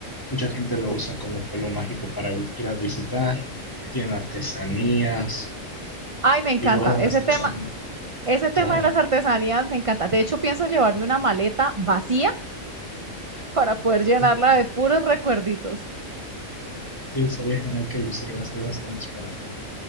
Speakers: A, on the left; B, on the right.
A: mucha gente lo usa como pueblo mágico para vi- ir a visitar, tienen artesanías,
B: Ay, me encanta
A: igual a
B: ese
A: gastronomía,
B: tema. Ese tema
A: claro.
B: de las artesanías me encanta. De hecho, pienso llevarme una maleta vacía para poder llenarla
A: Sí,
B: de puros recuerditos.
A: sí, sería genial que lo hicieras, hay bastantes por acá.